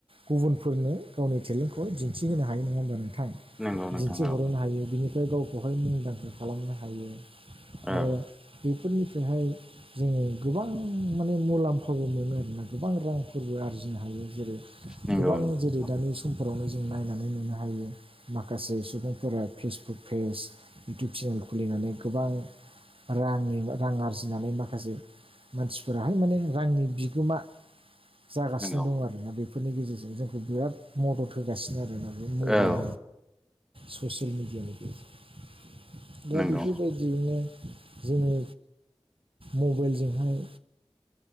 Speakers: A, on the right; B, in the centre.
A: गुबुनफोरनो गावनि टेलेन्टखौ दिन्थिहोनो हायो नङा होमबा नोंथां
B: नंगौ नोंथां
A: दिन्थिहरनो
B: औ
A: हायो बिनिफ्राय गावखौहाय मुंदांखा खालामनो हायो
B: औ
A: आरो बेफोरनिफ्रायहाय जोङो गोबां माने मुलाम्फा फावबो मोनो आरोना गोबां रांफोरबो आरजिनो हायो जेरै
B: नंगौ
A: गोबां
B: नोंथां
A: जेरै दानि समफोरावनो जों नायनानै नुनो हायो माखासे सुबुंफोरा फेसबुक पेज इउटुब चेनेल खुलिनानै गोबां रांनि रां आरजिनानै माखासे मानसिफोराहाय माने रांनि बिगोमा जागासिनो
B: नंगौ
A: दं आरोना बे बेफोरनि गेजेरजों जोंखौ बिराद मदद होगासिनो आरोना बे मबाइल
B: औ
A: ससियेल मिडियानि गेजेर दा
B: नंगौ
A: बेफोरबायदियैनो जोङो मबाइलजोंहाय